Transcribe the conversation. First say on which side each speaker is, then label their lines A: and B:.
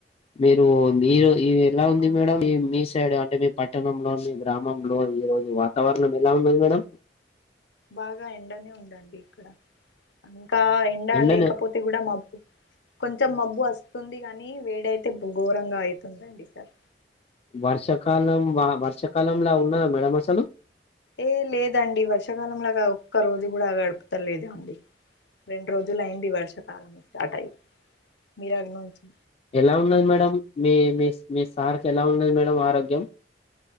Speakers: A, on the left; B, on the left.
A: మీరూ మీరు ఇవి ఎలా ఉంది
B: అవునండి
A: మేడం ఈ మీ సైడ్ అంట్ అంటే మీ పట్టణంలో, మీ గ్రామంలో ఈ రోజు వాతావరణం ఎలా ఉన్నది మేడం
B: బాగా ఎండనే ఉందండి ఇక్కడ అన్ కా ఎండ
A: ఎండనే
B: లేకపోతే గూడ మబ్బు కొంచెం మబ్బు అస్ స్తుంది గనీ వేడైతే బొ ఘోరంగా అయితుందండి సల్
A: వర్షాకాలం వాన వర్షాకాలం లా ఉన్నదా మేడం అసలు
B: ఏ లేదండి వర్షాకాలం లాగ ఒక్క రోజు గూడ గడపుతలేదండి, రెండు రోజులయింది వర్షం కాలం స్టార్ట్ అయి మీరగ్ నుంచి
A: ఎలా ఉన్నది మేడం మీ మీ మీ సార్‌కి ఎలా ఉన్నది మేడం ఆరోగ్యం